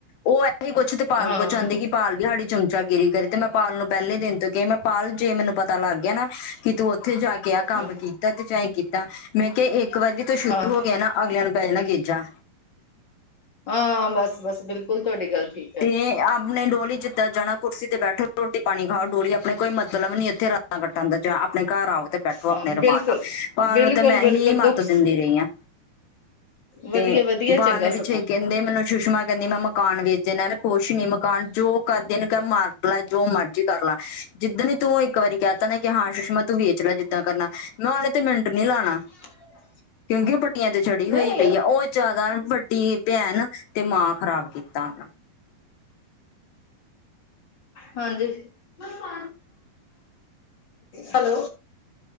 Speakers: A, on the left; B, on the left.
A: ਉਹ <unintelligible> ਕੁੱਛ ਤੇ ਭਾਲਕੋ
B: ਹਾਂ
A: ਚਾਉਂਦੀ ਕਿ ਪਾਲ ਵੀ ਹਾਡੀ ਚਮਚਾ ਗਿਰੀ ਕਰੇ ਤੇ ਮੈਂ ਪਾਲ ਨੂੰ ਪਹਿਲੇ ਦਿਨ ਤੋਂ ਕਿਹਾ ਮੈਂ ਪਾਲ ਜੇ ਮੈਨੂੰ ਪਤਾ ਲੱਗ ਗਿਆ ਨਾ ਕਿ ਤੂੰ ਉੱਥੇ ਜਾ ਕੇ ਆਹ ਕੰਮ
B: ਹਾਂ
A: ਕੀਤਾ ਤੇ ਚਾਹੇ ਕੀਤਾ ਮੈਂ ਕਿਹਾ ਇੱਕ ਤੇ <unintelligible>
B: ਹਾਂ
A: ਹੋ ਗਿਆ ਨਾ ਅਗਲਿਆਂ ਨੂੰ ਪੈ ਜਾਣਾ ਗੀਜਾ
B: ਆਂ ਬਸ ਬਸ ਬਿਲਕੁਲ ਤੁਹਾਡੀ ਗੱਲ ਠੀਕ ਹੈ
A: ਤੇ ਅਬ ਆਪਣੇ ਡੋਲੀ ਜਿੱਦਾਂ ਜਾਣਾ ਕੁਰਸੀ ਤੇ ਬੈਠੋ ਰੋਟੀ ਪਾਣੀ ਖਾਓ ਡੋਲੀ ਆਪਣੇ ਕੋਈ ਮਤਲਬ ਨੀ ਇੱਥੇ ਰਾਤਾਂ ਕੱਟਣ ਦਾ ਚਾ ਆਪਣੇ ਘਰ ਆਓ ਤੇ ਬੈਠੋ
B: ਹਾਂ
A: ਆਪਣੇ ਰੁਮਾਨ
B: ਬਿਲਕੁਲ
A: ਨਾਲ
B: ਬਿਲਕੁਲ
A: <unintelligible> ਨੂੰ ਤੇ ਮੈਂ ਹੀ
B: ਬਿਲਕੁਲ
A: ਮੱਤ
B: ਦੁੱਖ
A: ਦਿੰਦੀ ਰਹੀ ਹਾਂ
B: ਵਧੀਆ
A: ਤੇ
B: ਵਧੀਆ
A: ਪਾਲ
B: ਚੰਗਾ
A: ਨੇ ਪਿੱਛੋਂ
B: ਸਗੋਂ
A: ਇੱਕ <unintelligible> ਕਹਿੰਦੇ ਮੈਨੂੰ ਸੁਸ਼ਮਾ ਕਹਿੰਦੀ ਮੈਂ ਮਕਾਨ ਵੇਚਣਾ <unintelligible> ਕੁੱਛ ਨੀ ਮਕਾਨ ਜੋ ਕਰਦੇ ਨੇ ਕੇ ਮਾਰ ਲੈ ਜੋ ਮਰਜੀ ਕਰ ਲੈ ਜਿੱਦਣ ਹੀ ਤੂੰ ਇੱਕ ਵਾਰੀ ਕਹਿ ਤਾ ਨਾ ਕਿ ਹਾਂ ਸੁਸ਼ਮਾ ਤੂੰ ਵੇਚ ਲੈ ਜਿੱਦਾਂ ਕਰਨਾ ਮੈਂ ਉਹਨੇ ਤੇ ਮਿੰਟ ਨੀ ਲਾਉਣਾ
B: <inaudible>
A: ਕੇਹਂਦੀ ਉਹ ਪੱਟੀਆਂ ਤੇ ਚੜੀ
B: ਨਹੀਂ
A: ਹੋਈ ਪਈ ਆ ਉਹ ਜ਼ਿਆਦਾ ਵੱਡੀ ਭੈਣ ਤੇ ਮਾਂ ਖ਼ਰਾਬ ਕੀਤਾ ਉਹਨੂੰ
B: ਹਾਂਜੀ <inaudible> ਠੀਕ ਆ ਹੈਲੋ